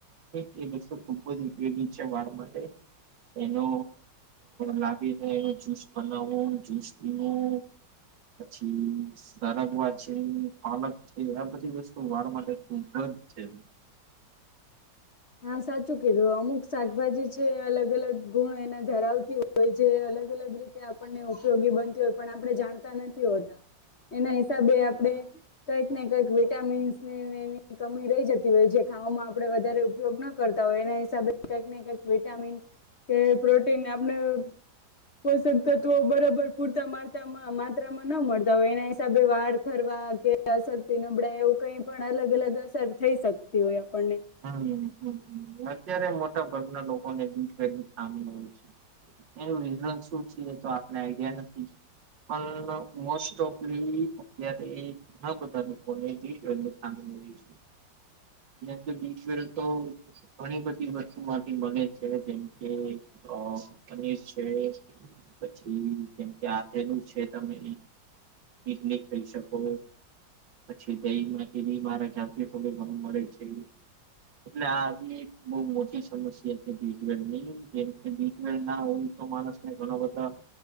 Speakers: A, on the right; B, on the left.
A: એ વસ્તુ ખુબ જ ઉપયોગી છે વાળ માટે એનો લાગીને એનો જુસ પણ જુસ પીવુ પછી સરગવા છે પાલક છે આ બધી વસ્તુ વાળ માટે ખૂબ જ છે
B: હા સાચું કીધું અમુક શાકભાજી છે અલગ અલગ ગુણ એના ધરાવતી હોય જે અલગ અલગ રીતે આપણને ઉપયોગી બનતી હોય પણ આપણે જાણતા નથી હોતા એના હિસાબે આપણે કંઈક ને કંઈક વિટામીન્સની એની કમી રહી જતી હોય જે ખાવામાં આપણે વધારે ઉપયોગ ન કરતા હોય એના હિસાબે કઈક ને કઈક વિટામિન કે પ્રોટીન આપણે પોષક તત્વો બરાબર પૂરતા માત્રા માત્રામાં ન મળતા હોય એના હિસાબે વાળ ખરવા કે અશક્તિ નબળાઈ એવું કઈ પણ અલગ અલગ અસર થઈ શકતી હોય એમ. પણને
A: હમ અત્યારે મોટાભાગના લોકોને બી ટ્વેલ ની ખામી હોય છે એનું રિઝન શું છે એ તો આપણે આઈડિયા નથી પણ મોસ્ટ ઓફલી અત્યારે ઘણા બધા લોકોને બી ટવેલ ની ખામી હોય છે એમ જો બી ટ્વેવલ તો ઘણી બધી વસ્તુમાંથી બને છે જેમ કે અ પનીર છે પછી જેમ કે આથેલું છે તમે ઈડલી કહી શકો પછી દહીમાંથીલી મારા ખ્યાલ થી ઘણું મળે છે. એટલે આ આવી એક બહું મોટી સમસ્યા છે બી ટ્વેલવ ની જેમ કે બી ટ્વેલવ ના હોય તો માણસને ઘણા બધા